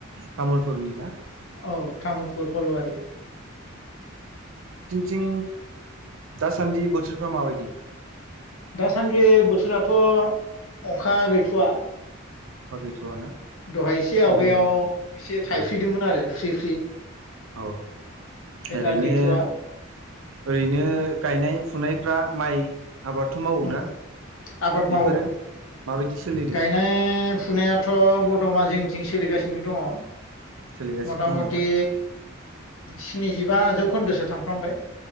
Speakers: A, on the right (about 75°); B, on the left (about 80°).
A: तामुलफुरनिना
B: औ तामुलपुर फ'लवारि
A: थिं दासान्दि बोथोरफ्रा माबायदि
B: दासान्दि बोथोराथ' अखा गैथ'आ
A: अखा गैथ'आ ना
B: दहाय एसे आवगायाव
A: ओरैनो
B: एसे थाइफ्रिदोंमोन
A: औ
B: आरो फ्रि फ्रि
A: औ
B: ओमफ्राय
A: ओरैनो
B: दा गैथ'वा
A: ओरैनो गायनाय फुनायफ्रा माइ आबादथ' मावोना
B: उम आबाद
A: बेफोरो
B: मावो
A: माबायदि सोलिदों
B: गायनाय फुनायाथ' बर्तमान जोंनिथिं सोलिगासिनो दङ
A: सोलिगासिनो
B: मथा
A: दङ
B: मथि
A: ना
B: स्निजिबा जौखोन्दोसो थांफ्रामबाय